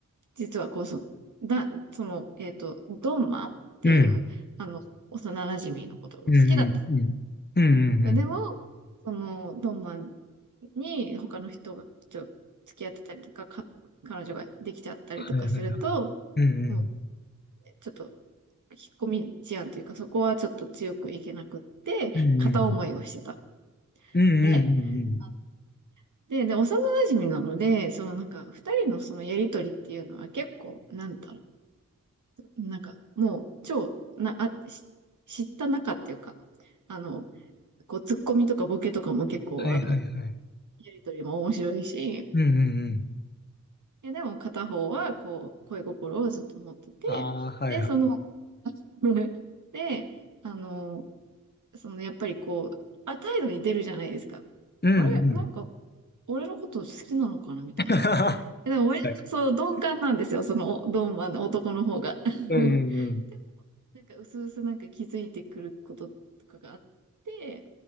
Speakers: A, on the right (about 70°); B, on the left (about 35°).
A: 実はこう、その、だ、その、えっと、ドンマっていう、
B: うん。
A: あの、幼馴染のことが好きだった。
B: うんうんうん。うんうんうん
A: でも、その、ドンマンに他の人がちょっと付き合ってたりとか、か、彼女ができちゃったりとかすると、
B: はい、はい、はい。うん。
A: もう、ちょっと、引っ込み思案というか、そこはちょっと強くいけなくって、
B: うんうん。
A: 片思いをしてた。
B: うんうんうんうん。
A: で、あので、で、幼馴染なので、そのなんか、二人のそのやりとりっていうのは結構、なんだろう、なんか、もう、超、な、あ、し知った仲っていうか、あの、こう、ツッコミとかボケとかも結構、
B: はい、
A: あの、
B: はい、はい。
A: やりとりも面白いし、
B: うんうんうん。
A: え、でも片方は、こう、恋心をずっと持ってて、
B: ああ、はい、
A: で、
B: はい。
A: その、<laughs> で、あの、その、やっぱりこう、あ、態度に出るじゃないですか。
B: うんうん。
A: あれ、なんか、俺のこと好きなのかなみたいな。
B: <laughs>
A: えでも、割とそう、
B: はい。
A: 鈍感なんですよ、その、お鈍マンの男の方が。<laughs>
B: うん、うん、うん。
A: でも、なんか、うすうすなんか気づいてくることとかがあって、